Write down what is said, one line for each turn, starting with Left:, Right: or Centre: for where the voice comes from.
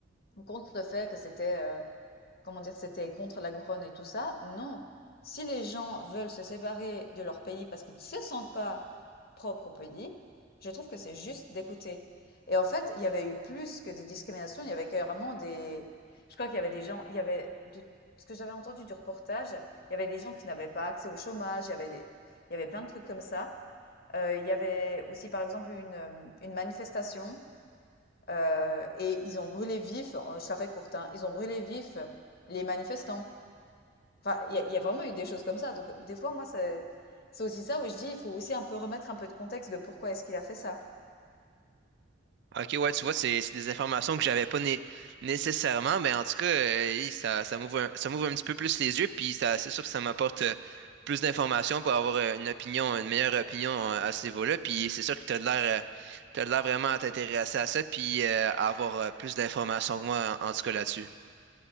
Left: contre le fait que c'était, heu comment dire, c'était contre la couronne et tout ça. Non. Si les gens veulent se séparer de leur pays parce qu'ils ne se sentent pas propres au pays, je trouve que c'est juste d'écouter. Et en fait, il y avait eu plus que des discriminations, il y avait carrément des... Je crois qu'il y avait des gens, il y avait, de ce que j'avais entendu du reportage, il y avait des gens qui n'avaient pas accès au chômage, il y avait des... il y avait plein de trucs comme ça. Euh, il y avait aussi, par exemple, une, euh, une manifestation euh, et ils ont brûlé vif, euh, je la fais courte, hein, ils ont brûlé vif les manifestants. Enfin, il y a il y a vraiment eu des choses comme ça, donc heu, des fois, moi, c'est c'est aussi ça où je dis: «Il faut aussi un peu remettre un peu de contexte de pourquoi est-ce qu'il a fait ça».
Right: Ok, ouais, tu vois, c'est c'est des informations que j'avais pas né- nécessairement, mais en tout cas, euh, hey, ça, ça m'ouvre un, ça m'ouvre un petit peu plus les yeux, puis ça, c'est sûr que ça m'apporte euh, plus d'informations pour avoir euh, une opinion, une meilleure opinion euh, à ce niveau-là, puis c'est sûr que tu as de l'air, euh, t'as de l'air vraiment à t'intéresser à ça, puis euh, à avoir euh, plus d'informations que moi, en, en tout cas là-dessus.